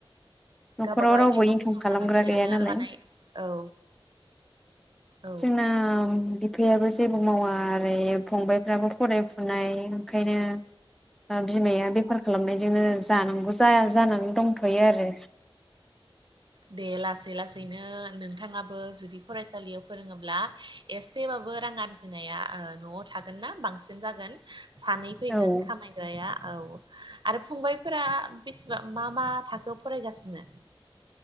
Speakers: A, in the centre; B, on the right.
A: न'खराव
B: गावबागाव
A: रावबो
B: आथिङाव
A: इनकाम
B: गसंथानानै
A: खालामग्रा गैया
B: थानो
A: नालाय
B: हानाय औ। औ
A: जोंना बि फायाबो जेबो मावा आरो फंबायफ्राबो फरायफुनाय ओंखायनो ओ बिमाया बेफार खालामनायजोंनो जानांगौ जाया जानानै दंथ'यो आरो।
B: दे लासै लासैनो नोंथाङाबो जुदि फरायसालियाव फोरोङोब्ला एसेबाबो रां आरजिनाया न'आव थागोन ना बांसिन जागोन सानै फैगोन
A: औ
B: खामानि बिदाया औ आरो फंबायफोरा बेसेबां मा मा थाखोआव फरायगासिनो?